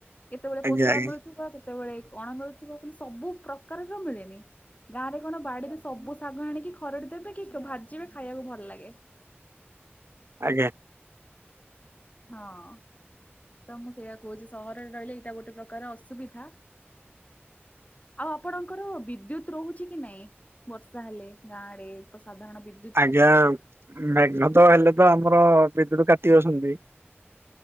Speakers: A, on the left; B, on the right.
A: କେତେବେଳେ କୋଶଳା
B: ଆଜ୍ଞା ଆଜ୍ଞା
A: ମିଳୁଥିବ କେତେବେଳେ କଣ ମିଳୁଥିବ କିନ୍ତୁ ସବୁ ପ୍ରକାରର ମିଳେନି। ଗାଁ ରେ କଣ ବାଡିରେ ସବୁ ଶାଗ ଆଣିକି ଖରଡି ଦେବେ କି ଭାଜିବେ ଖାଇବାକୁ ଭଲ ଲାଗେ।
B: ଆଜ୍ଞା।
A: ହଁ। ତ ମୁଁ ସେଇଆ କହୁଛି ସହରରେ ରହିଲେ ଏଇଟା ଗୋଟେ ପ୍ରକାର ଅସୁବିଧା। ଆଉ ଆପଣଙ୍କର ବିଦ୍ୟୁତୁ ରହୁଛି କି ନାଇଁ? ବର୍ଷା ହେଲେ ଗାଁରେ ତ ସାଧାରଣ ବି
B: ଆଜ୍ଞା ମେଘ ତ ହେଲେ ତ ଆମର ବିଦ୍ୟୁତ କାଟି ଦଉ ଛନ୍ତି।